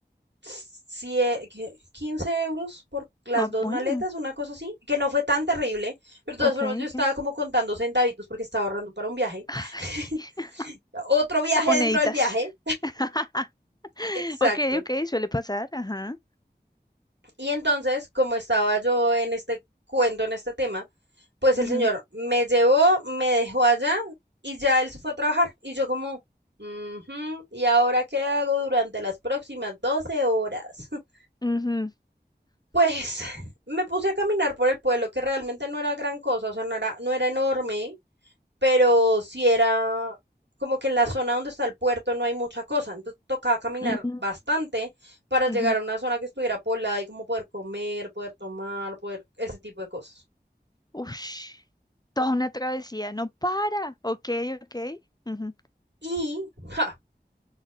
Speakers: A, on the right; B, on the left.
A: sie- 15 euros por las
B: Ah,
A: dos
B: bueno.
A: maletas, una cosa así, que no fue tan terrible, pero de todas
B: Ok,
A: formas yo
B: ok.
A: estaba como contando centavitos porque estaba ahorrando para un viaje,
B: Ay,
A: <laughs>
B: <laughs>
A: otro viaje
B: Poneditas.
A: dentro del viaje,
B: <laughs>
A: exacto.
B: Ok, ok, suele pasar. Ajá.
A: Y entonces, como estaba yo en este cuento, en este tema, pues el
B: Ujú,
A: señor me llevó, me dejó allá y ya él se fue a trabajar. Y yo como, "Ujú, ¿y ahora qué hago durante las próximas 12 horas? <laughs>
B: ujú,
A: Pues me puse a caminar por el pueblo, que realmente no era gran cosa, o sea, no era, no era enorme, pero si era como que en la zona donde está el puerto no hay mucha cosa, entonces tocaba caminar
B: ujú,
A: bastante para llegar
B: ujú.
A: a una zona que estuviera poblada y como poder comer, poder tomar, poder ese tipo de cosas.
B: Ush, Toda una travesía. No para. Ok, ok. ujú,
A: Y ja,